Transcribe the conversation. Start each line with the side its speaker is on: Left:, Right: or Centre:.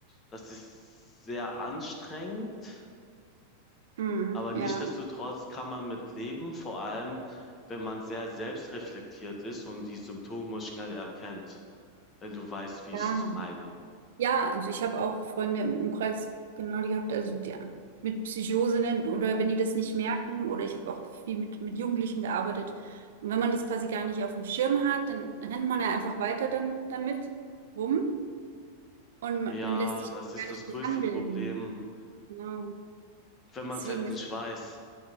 Left: das ist sehr anstrengend,
Right: Mhm.
Left: aber nichtsdestotrotz
Right: Ja.
Left: kann man mit leben, vor allem, wenn man sehr selbstreflektiert ist und die Symptome schnell erkennt, wenn du weißt, wie
Right: Ja.
Left: ich das meine.
Right: Ja, also ich habe auch Freunde im Umkreis genau die gehabt, also die mit Psychose nennen oder wenn die das nicht merken oder ich habe auch viel mit, mit Jugendlichen gearbeitet. Und wenn man das quasi gar nicht auf dem Schirm hat, dann rennt man ja einfach weiter dann damit rum und man,
Left: Ja,
Right: man lässt sich
Left: das
Right: ja
Left: ist
Right: gar nicht
Left: das größte
Right: behandeln.
Left: Problem,
Right: Genau.
Left: wenn man
Right: Deswegen
Left: es halt nicht
Right: ist
Left: weiß.